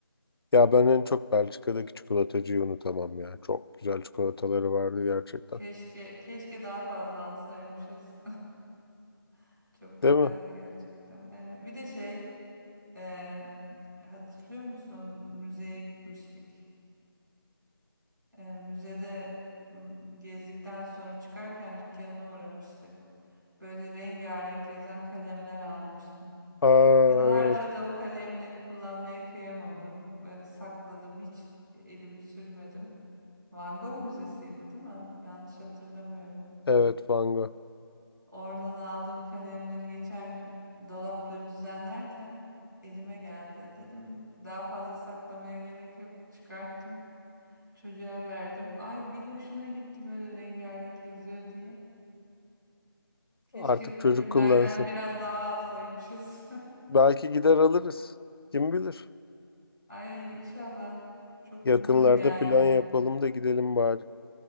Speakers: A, on the left; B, in the centre.
A: Ya ben en çok Belçika'daki çikolatacıyı unutamam ya. Çok güzel çikolataları vardı gerçekten.
B: Keşke keşke daha fazla alsaymışız. <laughs> Çok güzeldi
A: Değil mi?
B: gerçekten. Evet. Bir de şey, e, hatırlıyor musun? Müzeye gitmiştik. E, müzede m, gezdikten sonra çıkarken dükkanına uğramıştık. Böyle rengarenk yazan kalemler almıştım.
A: Aa,
B: Yıllarca
A: evet.
B: da o kalemleri kullanmaya kıyamadım. Böyle sakladım, hiç elimi sürmedim. Van Gogh Müzesi'ydi, değil mi? Yanlış hatırlamıyorum.
A: Evet Van Gogh.
B: Oradan aldığım kalemleri geçen gün dolapları düzenlerken elime geldi. Dedim daha fazla saklamaya gerek yok. Çıkarttım. Çocuğa verdim. Ay bir hoşuna gitti böyle rengarenk yazıyor diye. Keşke
A: Artık
B: o kalemlerden
A: çocuk kullansın.
B: biraz daha alsaymışız.
A: Belki gider alırız. Kim bilir?
B: <laughs> Ay inşallah. Çok
A: Yakınlarda
B: umarım yani.
A: plan yapalım da gidelim bari.